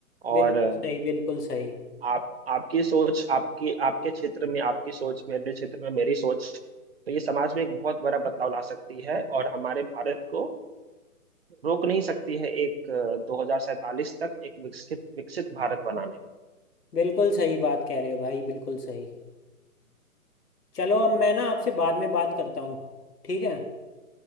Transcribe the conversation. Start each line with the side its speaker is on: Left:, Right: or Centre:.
Right: और
Left: बिल्कुल
Right: अ,
Left: सही बिल्कुल सही
Right: आप आपकी सोच आपकी आपके क्षेत्र में आपकी सोच मेरे क्षेत्र में मेरी सोच तो ये समाज में एक बहुत बड़ा बदलाव ला सकती है और हमारे भारत को रोक नहीं सकती है एक दो हजार सैतालीस तक एक विकसित विकसित भारत बनाने में
Left: बिल्कुल सही बात कह रहे हो भाई बिल्कुल सही चलो अब मैं ना आपसे बाद में बात करता हूँ ठीक है